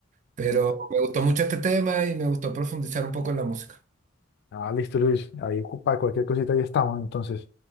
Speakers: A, on the right (about 40°); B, on the left (about 55°).
A: Pero me gustó mucho este tema y me gustó profundizar un poco en la música.
B: Ah, listo, Luis, ahí cu- para cualquier cosita ahí estamos, entonces.